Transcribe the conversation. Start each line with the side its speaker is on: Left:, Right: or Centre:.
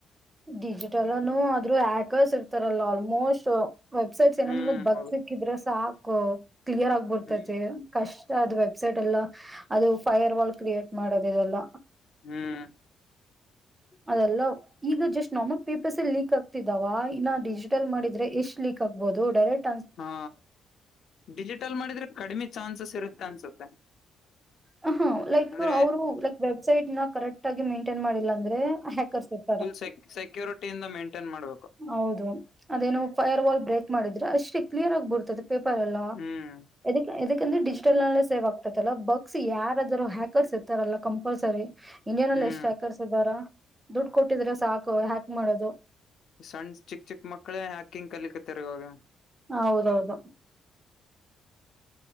Right: ಡಿಜಿಟಲ್ನು ಆದ್ರೂ ಹ್ಯಾಕರ್ಸ್ ಇರ್ತಾರಲ್ಲ ಆಲ್ಮೋಸ್ಟ್ ವೆಬ್ಸೈಟ್ಸ್ ಏನಂದ್ರ
Left: ಹ್ಮ್
Right: ಬಗ್
Left: ಹೌದು
Right: ಸಿಕ್ಕಿದ್ರೆ ಸಾಕು ಕ್ಲಿಯರ್ ಆಗ್ಬರ್ತೈತಿ
Left: ಹ್ಮ್
Right: ಕಷ್ಟ ಅದು ವೆಬ್ಸೈಟ್ ಎಲ್ಲ ಅದು ಫೈರ್ ವಾಲ್ ಕ್ರಿಯೇಟ್ ಮಾಡೋದ ಇದೆಲ್ಲ
Left: ಹ್ಮ್
Right: ಅದೆಲ್ಲ ಈಗ ಜಸ್ಟ್ ನಮ ಪೇಪರ್ಸ್ಲ್ಲಿ ಲೀಕ್ ಆಗ್ತಿದ್ದಾವ ಇನ್ನ ಡಿಜಿಟಲ್ ಮಾಡಿದ್ರೆ ಎಷ್ಟ್ ಲೀಕ್ ಆಗ್ಬಹದುಡೈರೆಕ್ಟ್
Left: ಹಾ ಡಿಜಿಟಲ್ ಮಾಡಿದ್ರೆ ಕಡಿಮೆ ಚಾನ್ಸಸ್ ಇರುತ್ತೆ ಅನ್ಸುತ್ತೆ
Right: ಹ ಹ ಲೈಕ್
Left: ಅಂದ್ರೆ
Right: ಅವರು ಲೈಕ್ ವೆಬ್ಸೈಟ್ ನ ಕರೆಕ್ಟ್ ಆಗಿ ಮೈಂಟೈನ್ ಮಾಡಿಲ್ಲ ಅಂದ್ರೆ ಹ್ಯಾಕರ್ಸ್ ಇರ್
Left: ಫಲ್ ಸೆಕ್ಯೂರಿಟಿಯಿಂದ ಮೇಂಟೈನ್ ಮಾಡ್ಬೇಕು
Right: ಹೌದು ಅದೇನು ಫೈಯರ್ ವಾಲ್ ಬ್ರೇಕ್ ಮಾಡಿದ್ರೆ ಅಷ್ಟಿ ಕ್ಲಿಯರ್ ಆಗಿ ಬಿರ್ತದೆ ಪೇಪರ್ ಎಲ್ಲಕ್ಕೆಂದ್ರೆ
Left: ಹ್ಮ್
Right: ಡಿಜಿಟಲ್ ನಲ್ಲ ಸೇವ್ ಆಗ್ತೈತಲ್ಲ ಬ ಯಾರಾದರೂ ಹ್ಯಾಕರ್ಸ್ ಇರ್ತಾರಲ್ಲ ಕಂಪಲ್ಸರಿ ಇಂಡಿಯನ್ಲ್ಲಿ
Left: ಹ್ಮ್
Right: ಎಷ್ಟು ಹ್ಯಾಕರ್ಸ್ ಇದ್ದಾರ ದುಡ್ಡು ಕೊಟ್ಟಿದ್ರೆ ಸಾಕು ಹಾಕ್ ಮಾಡದು
Left: ಸಣ್ಣ ಚಿಕ್ ಚಿಕ್ ಮಕ್ಳೇ ಹಾಕಿಂಗ ಕಲಿಕತ್ತರಿ ಇವಾಗ
Right: ಹೌದೌದು